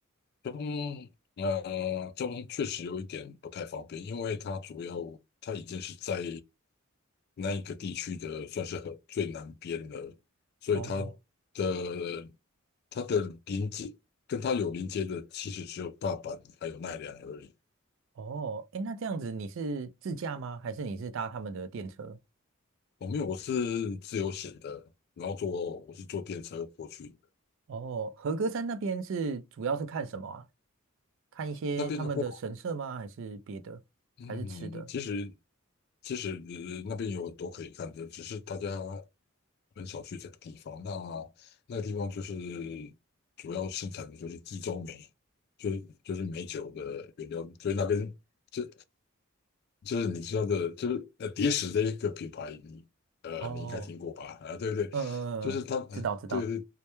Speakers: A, on the left; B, on the right.
A: 中，呃，中确实有一点不太方便，因为它主要它已经是在那一个地区的算是很最南边了，所以它
B: 哦
A: 的它的临接跟它有临接的其实只有大阪还有奈良而已。
B: 哦，哎，那这样子你是自驾吗？还是你是搭他们的电车？
A: 我、没有，我是自由行的，然后坐我是坐电车过去的，
B: 哦，和歌山那边是主要是看什么啊？看一些他们的神社吗？
A: 那边的话。
B: 还是别的？
A: 嗯，
B: 还是吃的？
A: 其实其实呃那边有很多可以看的，只是大家很少去这个地方。那那个地方就是主要生产的就是地中梅，就是就是美酒的原料，所以那边就就是你知道的，就是呃蝶石这一个品牌，你呃你应该听过吧？
B: 哦，
A: 啊，对不对，
B: 嗯嗯嗯，
A: 就是它，呃对对
B: 知道知道。